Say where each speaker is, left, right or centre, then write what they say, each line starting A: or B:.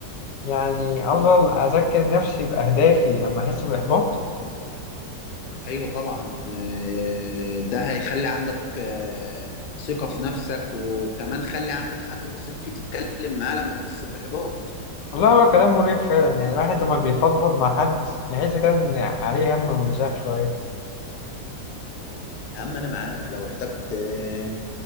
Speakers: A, on the left; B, on the left.
A: يعني أفضل أذكر نفسي بأهدافي لما أحس بالإحباط
B: ايوه طبعا آه، ده هيخلي عندك آه، ثقة في نفسك وكمان خلي عندك حد تثق فيه تتكلم معاه لما تحس بإحباط
A: والله هو كلام مريح فعلا يعني الواحد لما بيفضفض مع حد يحس كده إن عليه هم ونزاح شوية
B: يا عم انا معاك لو احتجت آه،